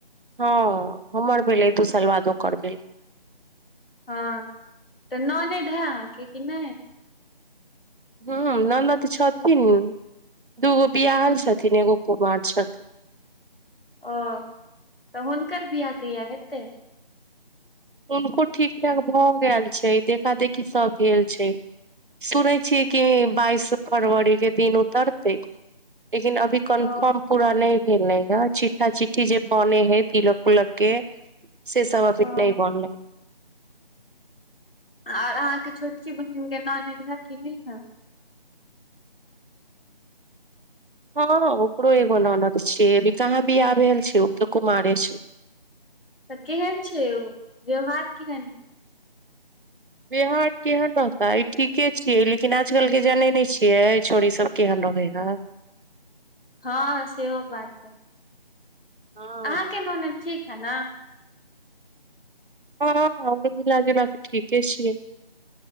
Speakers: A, on the right; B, on the left.
A: हां हमर भेलै, दू साल बाद ओकर भेलै।
B: हां तऽ ननेद हय अहाँके कि नै?
A: हां हां ननद छथिन। दूगो बियाहल
B: हँ,
A: छथिन एगो कुमार छथी।
B: औ तऽ हुनकर बियाह कहिया हेतै।
A: हुनको ठीक ठाक भऽ गेल छै देखादेखी सब भेल छै, सुनै छियै कि बाइस फरवरी के दिन उतरतै। लेकिन अभी कन्फर्म
B: ओ
A: पूरा नै गेलैये चिठ्ठा चिठ्ठी जे बने हय तिलक-उलक के। से सब अभी
B: ओ
A: लै
B: और अहाँके छोटकी बहिनके ननैद हए कि नै हए?
A: हां ओकरो एगो नानद छियै, अभी कहाँ बियाह भेल छै। उ तऽ कुमारे छै।
B: तऽ केहेन छै ओ? व्यवहार केहेन
A: व्यवहार केहेन रहतै? ठीके छियै। लेकिन आज कल के जानै नै छियै छोरी सब केहेन रहै हय।
B: हां, सेहो बात हय।
A: हँ
B: अहाँके ननैद ठीक हए ना?
A: ह ह <unintelligible> मिला जुला के ठीके छियै।